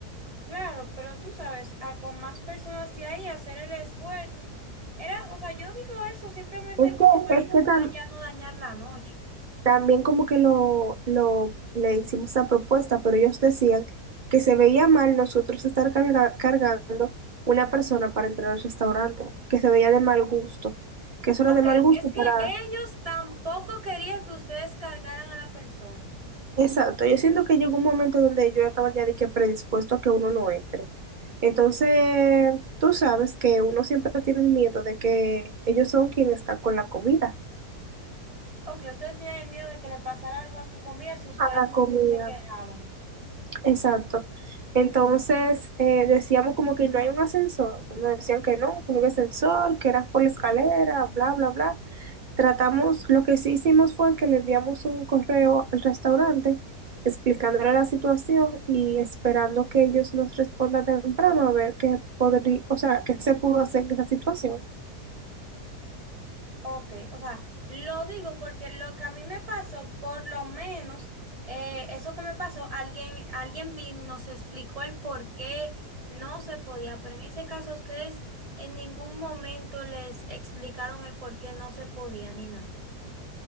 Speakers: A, on the right; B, on the right.
A: claro, pero tú sabes, a con más personas de ahí hacer el esfuerzo. Era, o sea, yo digo eso simplemente
B: Es
A: como
B: que,
A: para
B: es
A: intentar
B: que tam-
A: ya no dañar la noche.
B: también como que lo, lo- le hicimos esa propuesta, pero ellos decían que se veía mal nosotros estar carga- cargando una persona para entrar al restaurante, que se veía de mal gusto, que eso era
A: Ok,
B: de mal gusto
A: es
B: para...
A: que ellos tampoco querían que ustedes cargaran a la persona.
B: Exacto, yo siento que llegó un momento donde yo estaba ya de que predispuesto a que uno no entre. Entonces, tú sabes que uno siempre tiene el miedo de que ellos son quienes están con la comida.
A: Ok, ustedes tienen miedo de que le pasara algo a su comida si ustedes
B: A la comida.
A: se quejaban.
B: Exacto. Entonces, eh, decíamos como que no hay un ascensor. Nos decían que no, que no había ascensor, que era por la escalera, bla, bla, bla. Tratamos, lo que sí hicimos fue que le enviamos un correo al restaurante explicándole la situación y esperando que ellos nos respondan temprano a ver qué podría, o sea, qué se pudo hacer en esa situación.
A: Ok, o sea, lo digo porque lo que a mí me pasó, por lo menos, eh, eso que me pasó, alguien, alguien vino y nos explicó el por qué no se podía, pero en ese caso ustedes en ningún momento les explicaron el por qué no se podía ni nada.